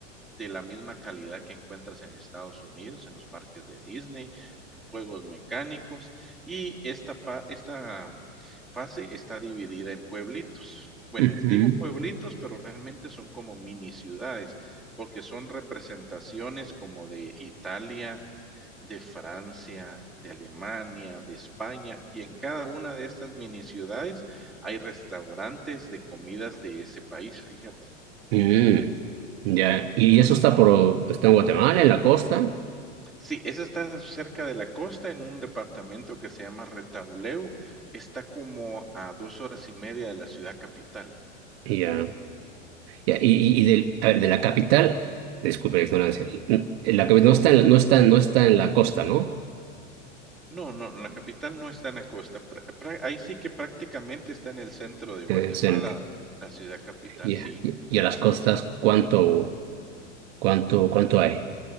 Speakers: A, in the centre; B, on the right.
A: de la misma calidad que encuentras en Estados Unidos, en los parques de Disney, juegos mecánicos, y esta, esta fase está dividida en pueblitos. Bueno,
B: ujú.
A: te digo pueblitos, pero realmente son como mini ciudades, porque son representaciones como de Italia, de Francia, de Alemania, de España, y en cada una de estas mini ciudades hay restaurantes de comidas de ese país, fíjate.
B: Mm, Ya. ¿Y eso está por, pues, está en Guatemala, en la costa?
A: Sí, esa está cerca de la costa, en un departamento que se llama Retauleu. Está como a 2 horas y media de la ciudad capital.
B: Ya. Ya. Y, y, y del, a ver, de la capital, disculpe la ignorancia, n- la capital
A: Ujú.
B: no está en, la- no está, no está en la costa, ¿no?
A: No, no, la capital no está en la costa. pra- pra- Ahí sí que prácticamente está en el centro de Guatemala,
B: En el centro.
A: la ciudad capital,
B: Ya.
A: sí.
B: Y, y a las costas, ¿cuánto, cuánto, cuánto hay?